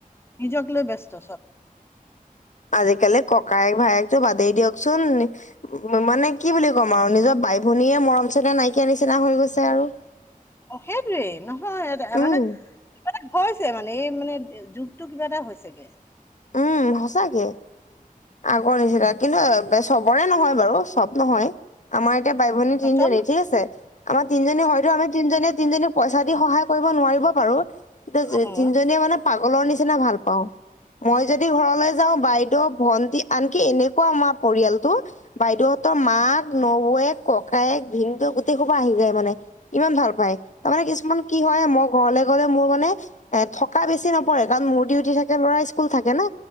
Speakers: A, on the left (about 15°); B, on the left (about 55°).
A: নিজক লৈ ব্যস্ত চব
B: আজিকালি ককায়েক ভায়েকটো বাদেই দিয়কচোন উ মানে কি বুলি ক'ম আৰু নিজৰ ভাই ভনীয়ে মৰম চেনেহ নাইকিয়া নিচিনা হৈ গৈছে আৰু
A: অ সেইটোৱেই নহয় এ
B: উম
A: মানে মানে হৈছে মানে এই মানে যুগতটো কিবা এটা হৈছেগে
B: উম সঁচাকে আগৰ নিচিনা কিন্তু চবৰে নহয় বাৰু চব নহয় আমাৰ এতিয়া বাই ভনী তিনজনী
A: চব
B: ঠিক আছে আমাৰ তিনিজনী হয়তো আমি তিনিজনী তিনজনীক পইচা দি সহায় কৰিব নোৱাৰিব পাৰো এতিয়া
A: অ
B: তিনজনীয়ে মানে কলৰ নিচিনা ভাল পাওঁ মই যদি ঘৰলৈ যাও বাইদেউ ভন্টি আনকি এনেকোৱা আমাৰ পৰিয়ালতটো বাইদেউহতৰ মাক নবৌৱেক ককায়েক ভিনদ গোটেই স পৰা আহি যায় মানে ইমান ভাল পায় তাৰমানে কি কিছুমান কি হয় মই ঘৰলে গ'লে মোৰ মানে এ থকা বেছি নপৰে কাৰণ মোৰ ডিউটি থাকে ল'ৰা স্কুল থাকে না